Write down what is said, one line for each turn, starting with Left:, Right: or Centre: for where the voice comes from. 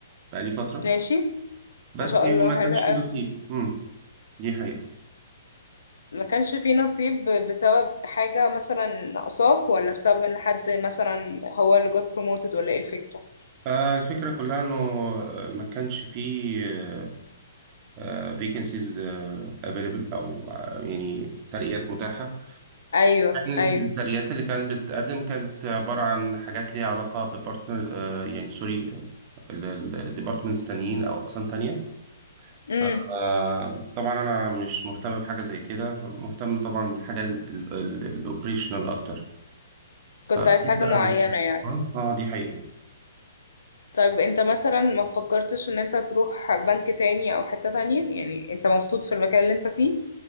Right: بقالي فترة
Left: ماشي
Right: بس
Left: ما شاء
Right: يعني
Left: الله
Right: ما كانش
Left: حلو قوي
Right: فيه نصيب امم دي حقيقة
Left: ما كانش فيه نصيب بسبب حاجة مثلا ناقصاك ولا بسبب ان حد مثلا هو اللي got promoted ولا ايه الفكرة
Right: آه الفكرة كلها انه آه، ما كانش فيه آه فيكنسيز افيلبل او آه، يعني ترقيات متاحة
Left: ايوه
Right: يعني
Left: ايوه
Right: الت- الترقيات اللي كانت بتتقدم كانت عبارة عن حاجات ليها علاقة ببارتنر آه يعني سوري الديبارتمنتس تانيين او اقسام تانية
Left: امم
Right: فطبعا انا مش مهتم بحاجه زي كده مهتم طبعا بالحاجه الاوبريشنال اكتر
Left: كنت
Right: فكنت
Left: عايز حاجة
Right: قاعد
Left: معينة
Right: مستني.
Left: يعني
Right: اه آه، دي حقيقه
Left: طيب انت مثلا ما فكرتش ان انت تروح بنك تاني او حتة تانية يعني انت مبسوط في المكان اللي انت فيه